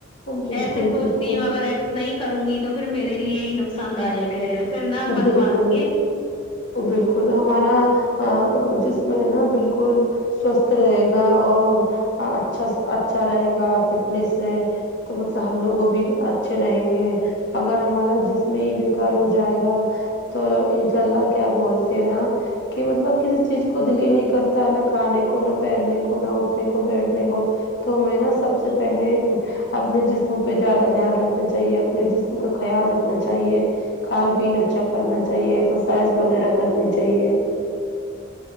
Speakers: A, on the left (about 60°); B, on the left (about 25°).
A: بالکل
B: ایسے سوچتی
A: بالکل
B: ہوں اگر نہیں کروں گی تو پھر میرے لیے ہی نقصان دائک ہے پھر ناں من
A: بالکل
B: مان کے
A: بالکل ہمارا ا جسم ہے ناں بالکل سوستھ رہے گا اور اچھا اچھا رہے گا فٹنیس سے تو مطلب ہم لوگوں بھی اچھے رہیں گے اگر ہمارا جسم میں ہی بیکار ہو جائے گا تو انشاء اللہ کیا بولتے ہیں ناں کہ مطلب کسی چیز کو دل ہی نہیں کرتا نہ کھانے کو نہ پہننے کو نہ اٹھنے کو بیٹھنے کو تو میں ناں سب سے پہلے اپنے جسم پہ زیادہ دھیان رکھنا چاہیے اپنے جسم کا خیال رکھنا چاہیے کھان پین اچھا کرنا چاہیے ایکسرسائز وغیرہ کرنی چاہیے